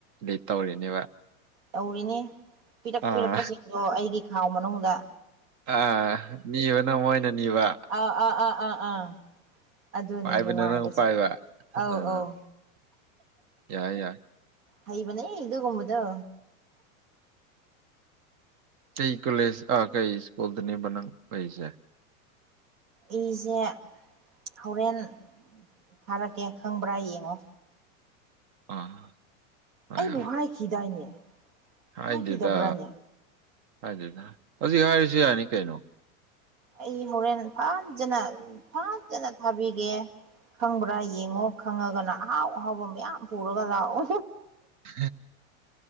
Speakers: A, on the right; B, on the right.
A: ꯂꯤꯠ ꯇꯧꯔꯤꯅꯦꯕ
B: ꯇꯧꯔꯤꯅꯦ ꯄꯤꯔꯛ
A: ꯑꯥ
B: ꯄꯤꯔꯛꯄꯁꯤꯡꯗꯣ ꯑꯩꯒꯤ ꯈꯥꯎ ꯃꯅꯨꯡꯗ
A: ꯑ ꯅꯤꯕꯅ ꯃꯣꯏꯅ ꯅꯤꯕ
B: ꯑꯥ ꯑꯥ ꯑꯥ ꯑꯥ ꯑꯥ ꯑꯗꯨꯅꯤ
A: ꯄꯥꯏꯕꯅ
B: ꯅꯨꯡꯉꯥꯏꯔꯤꯁꯦ
A: ꯅꯪ ꯄꯥꯏꯕ
B: ꯑꯎ
A: ꯑꯥ
B: ꯑꯎ
A: ꯌꯥꯏ ꯌꯥꯏꯑ
B: ꯍꯩꯕꯅꯦ ꯑꯗꯨꯒꯨꯝꯕꯗꯣ
A: ꯀꯩ ꯀꯣꯂꯦꯖ ꯑꯥ ꯀꯩ ꯁ꯭ꯀꯨꯜꯗꯅꯦꯕ ꯅꯪ ꯂꯩꯁꯦ
B: ꯑꯩꯁꯦ ꯍꯧꯔꯦꯟ ꯊꯥꯔꯛꯀꯦ ꯈꯪꯕ꯭ꯔꯥ ꯌꯦꯡꯉꯣ
A: ꯑꯥ ꯍꯣꯏ
B: ꯑꯩꯕꯨ
A: ꯍꯣꯏ
B: ꯍꯥꯏꯈꯤꯗꯥꯏꯅꯦ
A: ꯍꯥꯏꯗꯦꯗ
B: ꯍꯥꯏꯈꯤꯗꯕ꯭ꯔꯥꯅꯦ
A: ꯍꯥꯏꯗꯦꯗ ꯍꯧꯖꯤꯛ ꯍꯥꯏꯔꯤꯁꯨ ꯌꯥꯅꯤ ꯀꯩꯅꯣ
B: ꯑꯩ ꯍꯣꯔꯦꯟ ꯐꯥꯖꯅ ꯐꯥꯖꯅ ꯐꯥꯕꯤꯒꯦ ꯈꯪꯕ꯭ꯔꯥ ꯌꯦꯡꯉꯣ ꯈꯪꯉꯒꯅ ꯑꯍꯥꯎ ꯑꯍꯥꯎꯕ ꯃꯌꯥꯝ ꯄꯨꯔꯒ ꯂꯥꯛꯑꯣ
A: <inaudible>